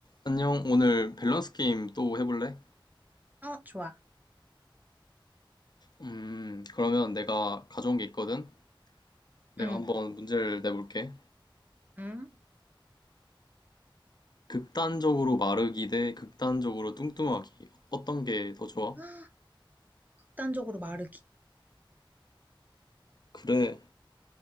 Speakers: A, on the left; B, on the right.
A: 안녕, 오늘 밸런스 게임 또 해볼래?
B: 어, 좋아.
A: 음, 그러면 내가 가져온 게 있거든? 내가
B: 응.
A: 한번 문제를 내볼게.
B: 응?
A: 극단적으로 마르기 대 극단적으로 뚱뚱하기. 어떤 게 더 좋아?
B: 헉, 극단적으로 마르기.
A: 그래,